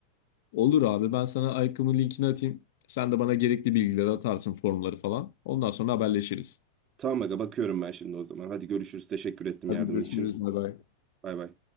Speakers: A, on the left; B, on the right.
A: Olur abi ben sana Aykım'ın linkini atayım. Sen de bana gerekli bilgileri atarsın formları falan. Ondan sonra haberleşiriz.
B: Tamam aga bakıyorum ben şimdi o zaman. Hadi görüşürüz. Teşekkür ettim
A: Hadi
B: yardımın
A: görüşürüz.
B: için.
A: Bay bay.
B: Bay bay.